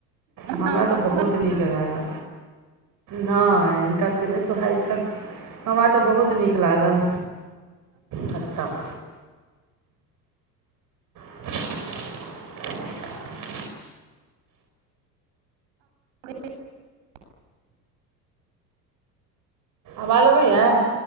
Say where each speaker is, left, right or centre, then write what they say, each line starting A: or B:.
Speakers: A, on the right; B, on the right.
A: हमरा
B: हँ
A: तऽ
B: बौआ
A: बहुत नीक लागल नहि। हुनका सबके नहि सुोहाइ छनि हमरा तऽ बहुत नीक लागल खत्तम <unintelligible>
B: क
A: आवाज अबैया